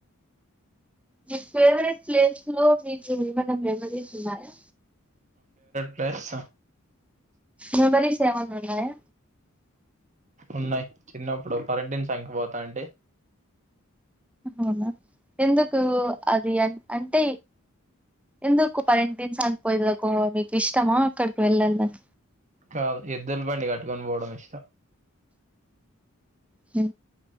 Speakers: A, in the centre; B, on the right.
A: మీ ఫేవరెట్ ప్లేస్ లో మీకు ఏమన్న మెమరీస్ ఉన్నాయా
B: ప్రస
A: మెమరీ స ఏవన్ ఉన్నాయా
B: ఉన్నాయి చిన్నప్పుడు కరంటైన్ సంఖ్య పోతా అడి
A: అవునా ఎందుకు అది అని అంటే ఎందుకు పరెంటైన్స్గిపోయకు మీకు ఇష్టమా అక్కడికి వెళ్ళదాని
B: కాదు ఎద్దులు పండి కట్టుకొని పోవడం ఇష్టం
A: హ